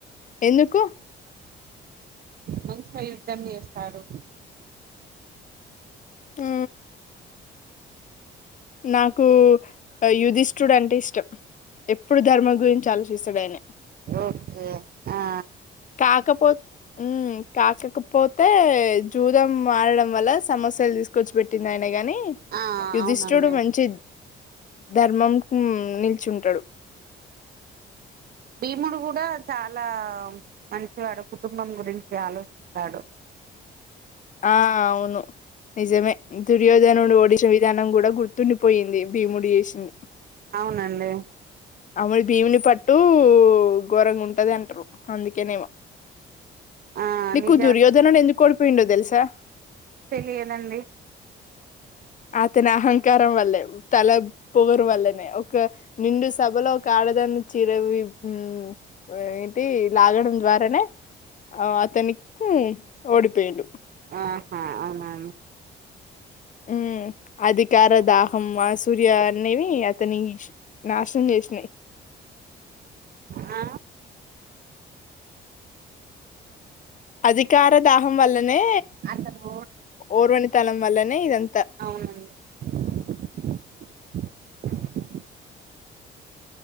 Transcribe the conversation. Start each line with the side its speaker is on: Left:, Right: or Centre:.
Left: ఎందుకు
Right: మంచిగ యుద్ధం చేస్తాడు
Left: ఆ నాకు యుధిష్తోడు అంటే ఇష్టం ఎప్పుడు ధర్మ గురించా శసుడేైన
Right: ఓ ఆ
Left: కాకపో కాకకపోతే జూదం మారడం వల్ల సమస్యలు తీసుకొచ్చి పెట్టింది ఆయన అంటే గాని
Right: ఆ
Left: యుధిష్ుడు
Right: అవునండి
Left: మంచి ధర్మం నిల్చుంటాడు
Right: భీముడు కూడా చాలా మనిషవాడు కుటుంబం గురించి ఆలోచిస్తాడు
Left: ఆ అవును నిజమే దుర్యోధనండు ఓడిచ విధానం కూడా గుర్తు పోయింది భీముడి చేసింది
Right: అవునండి
Left: అను భీమిని పట్టు ఘోరంగా ఉంటది అంటారు అందుకేనేమో
Right: ఆ
Left: మీకు
Right: నిజా
Left: దుర్యోధనడు ఎందుకు కొడుపోయిండో తెలుసా
Right: తెలియేదండి
Left: అతని అహంకారం వల్లే తల పొగరు వల్లనే ఒక నిండు సభలో ఒక ఆడదాన్ని చీరవి వి ఏంటి లాగడం ద్వారానే ఆ అతని హూ ఓడిపేయిండు
Right: ఆహా అవునా
Left: ఉ అధికార దాహం ఆ సూర్య అనేవి అతని నాశనం జేసినాయ్
Right: ఆ
Left: అధికార దాహం వల్ల హే
Right: అతను
Left: ఓర్వ తలం వల్లనే ఇదంత
Right: అవును